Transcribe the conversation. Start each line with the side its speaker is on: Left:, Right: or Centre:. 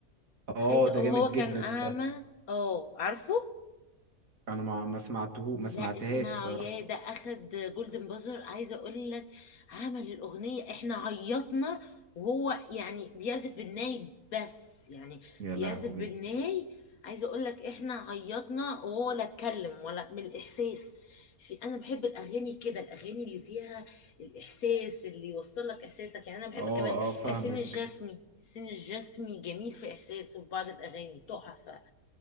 Left: عايزه
Right: اه ده
Left: وهو
Right: جامد
Left: كان
Right: جدا
Left: اعمى
Right: ده
Left: اه عارفه
Right: انا ما ما سمعته ما
Left: لا
Right: سمعتهاش
Left: اسمعوا
Right: الصراحه
Left: يا ده اخد جولدن بازر عايزه اقول لك عمل الاغنيه احنا عيطنا وهو يعني بيعزف بالناي بس يعني
Right: يا
Left: بيعزف
Right: لهوي
Left: بالناي عايزه اقول لك احنا عيطنا وهو لا اتكلم ولا من الاحساس في انا بحب الاغاني كده الاغاني اللي فيها الاحساس اللي يوصل لك احساسك يعني انا بحب
Right: اه
Left: كمان
Right: اه فاهمك
Left: حسين الجسمي حسين الجسمي جميل في احساسه في بعض الاغاني تحفه